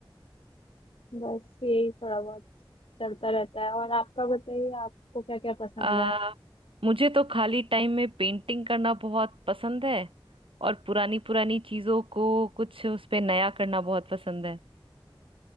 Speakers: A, on the left; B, on the right.
A: बस यही थोड़ा बहुत चलता रहता है और आपका बताइए आपको क्या क्या पसंद
B: आ,
A: है
B: मुझे तो खाली टाइम में पेंटिंग करना बहुत पसंद है और पुरानी पुरानी चीजों को कुछ उस पे नया करना बहुत पसंद है